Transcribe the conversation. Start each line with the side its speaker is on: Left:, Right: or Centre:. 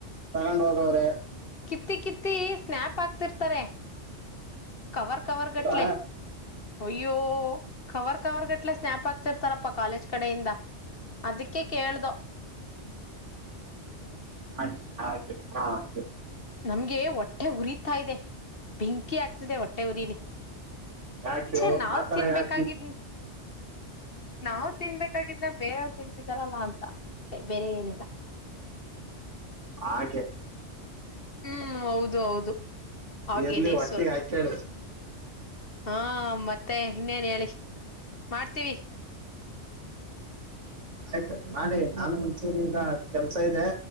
Right: ತಗೊಂಡ ಹೋಗ ರ
Left: ಕಿತ್ತಿ ಕಿತ್ತಿ ಸ್ನ್ಯಾಪ್ ಆಕ್ತಿರ್ತಾರೆ ಕವರ್ ಕವರ
Right: ಹೌದಾ
Left: ಗಟ್ಲೆ ಅಯ್ಯೋ ಕವರ್ ಕವರ್ಗಟ್ಲೆ ಸ್ನಾಪ್ ಆಗ್ತಿರ್ತಾರಪ್ಪಾ ಕಾಲೇಜ್ ಕಡೆಯಿಂದ ಅದಕ್ಕೆ ಕೇಳ್ದ
Right: ಆಯ್ ಹ ಆಯ್ು <inaudible>
Left: ನಮ್ಗೆ ಹೊಟ್ಟೆ ಉರಿತಾ ಇದೆ ಬೆಂಕಿ ಆಗ್ತಿದೆ ಹೊಟ್ಟೆ ಉರಿಲಿ
Right: ಯಾಚೋ
Left: ಛೆ ನಾವ್
Right: ಆತರ
Left: ತಿನ್ಬೇಕಾಗಿದ್
Right: ಯ <inaudible>
Left: ನಾವ್ ತಿನ್ಬೇಕಾಗಿದ್ನ ಬೇರವ್ರು ತಿನ್ಸಿದಾರಲ್ಲ ಅಂತ ಅಷ್ಟೆ ಬೇರೆ ಏನಿಲ್ಲ
Right: ಹಾಗೆ
Left: ಹ್ಮ್ ಹೌದು ಹೌದು ಹಾಗೇನೆ
Right: ಎರ್ಲಿ ಒಟ್ಟಿಗೆ
Left: ಸ್ವಲ್ಪ
Right: ಹಾತಿ
Left: ಹಾ ಮತ್ತೆ ಇನ್ನೇನ್ ಹೇಳಿ ಮಾಡ್ತೀವಿ
Right: ಆಯ್ತು ಮಾಡಿ ನಾನು ಮುಂಚೂರು ಈಗ ಕೆಲ್ಸ ಇದೆ